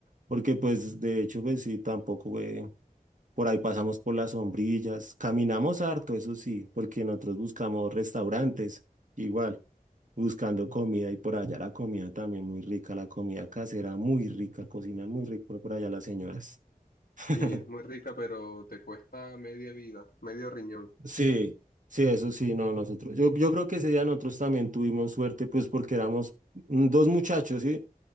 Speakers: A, on the right; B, on the left.
A: porque pues de hecho, pues sí, tampoco fue. Por ahí pasamos por las sombrillas, caminamos harto, eso sí, porque nosotros buscamos restaurantes, igual, buscando comida y por allá la comida también muy rica, la comida casera muy rica, cocinan muy rico por allá las señoras. <laughs>
B: Sí, es muy rica, pero te cuesta media vida, medio riñón.
A: Sí, sí, eso sí, no, nosotros, yo, yo creo que ese día nosotros también tuvimos suerte, pues porque éramos mm, dos muchachos, ¿sí?